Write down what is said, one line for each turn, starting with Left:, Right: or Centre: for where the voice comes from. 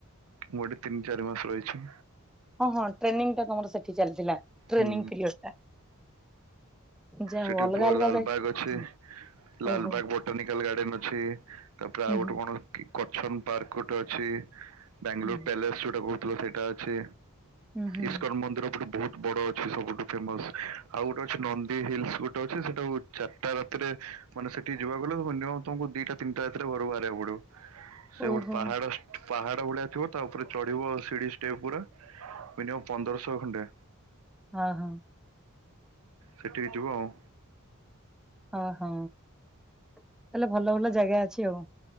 Right: ମୁଁ ଏଠି ତିନି ଚାରି ମାସ ରହିଛି।
Centre: ହଁ ହଁ ଟ୍ରେନିଂ ଟା ତମର ସେଠି ଚାଲିଥିଲା ଟ୍ରେନିଂ
Right: ହୁଁ
Centre: ପିରିଅଡ ଟା। ଯାହା
Right: ସେଠି
Centre: ହଉ ଅଲଗା
Right: ପୁଅଲାଲବାଗ
Centre: ଅଲଗା ଜାଗା
Right: ଅଛି। ଲାଲବାଗ
Centre: ଓହୋ
Right: ବୋଟାନିକାଲ ଗାର୍ଡେନ ଅଛି। ତାପରେ
Centre: ହୁଁ
Right: ଆଉ ଗୋଟେ
Centre: ହୁଁ
Right: କଣ? କି କରଛନ ପାର୍କ ଗୋଟେ ଅଛି ବାଙ୍ଗାଲୋର
Centre: ହୁଁ
Right: ପ୍ୟାଲେସ ଯୋଉଟା କହୁଥିଲ ସେଇଟା ଅଛି
Centre: ହୁଁ ହୁଁ
Right: ଇସ୍କନ ମନ୍ଦିର ଗୋଟେ ବହୁତ ବଡ ଅଛି ସବୁଠୁ ଫେମସ ଆଉ ଗୋଟେ ଅଛି ନନ୍ଦୀ ହିଲ୍ସ ଗୋଟେ ଅଛି ସେଟାକୁ ଚାରିଟା ରାତିରେ ମାନେ ସେଠି ଯିବାକୁହେଲେ ମିନିମମ୍ ତମକୁ ଦିଟା ତିନିଟା ରାତିରେ ଘରୁ ବାହାରିବାକୁ ପଡିବ ସେ
Centre: ଓହୋ
Right: ଗୋଟେ ପାହାଡ ପାହାଡ ଭଳିଆ ଥିବ ତା ଉପରେ ଚଢିବ ସିଡି ଷ୍ଟେପ ପୁରା ମିନିମମ୍ ପନ୍ଦରସହ ଖଣ୍ଡେ
Centre: ହଁ ହଁ
Right: ସେଠିକି ଯିବ ଆଉ
Centre: ହ ହଁ ତାହାଲେ ଭଲ ଭଲ ଜାଗା ଅଛି ଆଉ